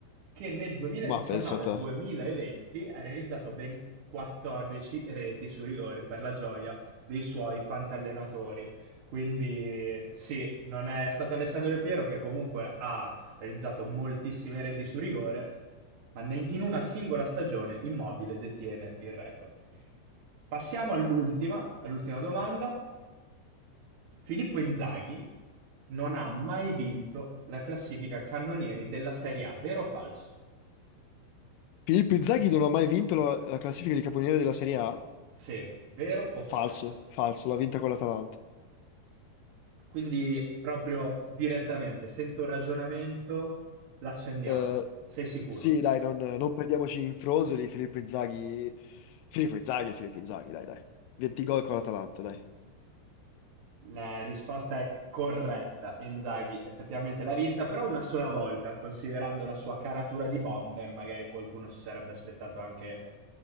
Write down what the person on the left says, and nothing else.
ma pensa a te.
Filippo Inzaghi non ha mai vinto la, la classifica di caponiere della Serie A?
Falso, falso, l'ha vinta con l'Atalanta.
Eh,
sì, dai, non, non perdiamoci in fronzoli, Filippo Inzaghi... Filippo Inzaghi è Filippo Inzaghi, dai, dai. 20 gol con l'Atalanta, dai.